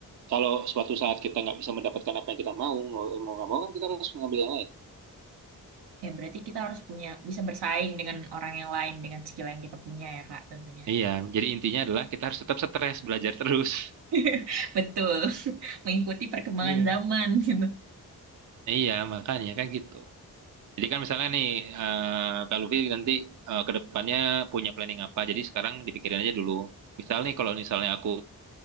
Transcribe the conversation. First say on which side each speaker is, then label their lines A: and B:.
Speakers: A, on the right; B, on the right.
A: kalau suatu saat kita nggak bisa mendapatkan apa yang kita mau, mau mau nggak mau kan kita harus mengambil yang lain.
B: ya berarti kita harus punya bisa bersaing dengan orang yang lain dengan skill yang kita punya ya, Kak, tentunya.
A: Iya, jadi intinya adalah kita harus tetap stres, belajar terus. <laughs>
B: <laughs> Betul. <laughs> Mengikuti perkembangan
A: Iya.
B: zaman gitu.
A: Iya, makanya kan gitu. Jadi kan misalnya nih, eh Kak Luffy nanti eh, ke depannya punya planning apa, jadi sekarang dipikirin aja dulu. Misal nih kalau misalnya aku